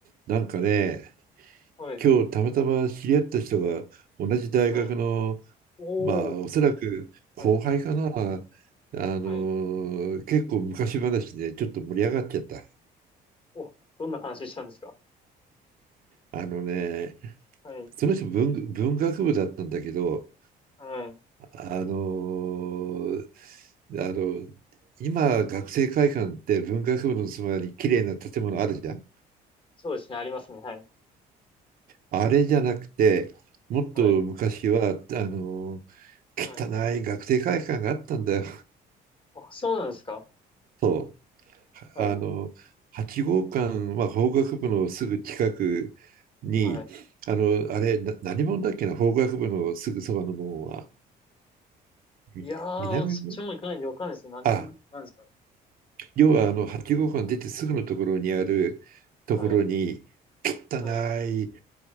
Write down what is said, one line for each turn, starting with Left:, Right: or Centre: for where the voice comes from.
Right: なんかね、
Left: はい、
Right: 今日たまたま知り合った人が同じ大学の、
Left: はい。おー、
Right: まあおそらく後輩かな、
Left: はい、
Right: あの結構昔話でちょっと盛り上がっちゃった。
Left: はい。お、どんな話したんですか
Right: あのね、
Left: はい、
Right: その人文、文学部だったんだけど、
Left: はい。
Right: あのあの今学生会館って文学部のそばに綺麗な建物あるじゃん。
Left: そうですね、ありますね。はい、
Right: あれじゃなくて、もっと昔はあの
Left: はい、
Right: 汚い学生会館があったんだよ。
Left: はい。あ、そうなんですか
Right: そ
Left: はい、
Right: う、あの、8号館は法学部のすぐ近くに、
Left: はい。
Right: あの、あれ、な何門だっけな、法学部のすぐそばの門は、み南門
Left: いやー、そっちも行かないでわかんないですね。何も、
Right: あ、
Left: なんですか
Right: 要はあの、8号館出てすぐのところにあるところに、
Left: はい、
Right: 汚い、
Left: はい、